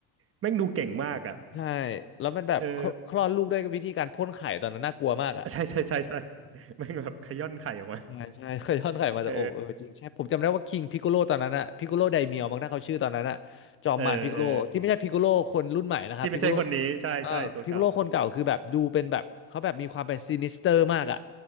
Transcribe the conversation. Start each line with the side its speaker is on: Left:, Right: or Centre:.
Right: แม่งดูเก่งมากอ่ะ
Left: ใช่แล้วมันแบบคลคลอดลูกด้วยวิธีการพ่นไข่ตอนนั้นน่ากลัวมากอ่ะ
Right: เออใช่ใช่ใช่ใช่แม่งแบบขย้อนไข่ออกมา
Left: ใช่ใช่เคยทอดไข่มาจากอกเออจริงใช่ผมจำได้ว่าคิงพิกโกโลตอนนั้นอะพิกโกโลไดเมียวมั้งถ้าเขาชื่อตอนนั้นอะจอมมารพิกโกโลที่ไม่ใช่พิกโกโลคนรุ่นใหม่นะครับพิกโกโล
Right: เออเออเออที่ไม่ใช่คนนี้ใช่ใช่ตัวเก่า
Left: เอ่อพิกโกโลคนเก่าคือแบบดูเป็นแบบเขาแบบมีความเป็นซินิสเตอร์มากอะ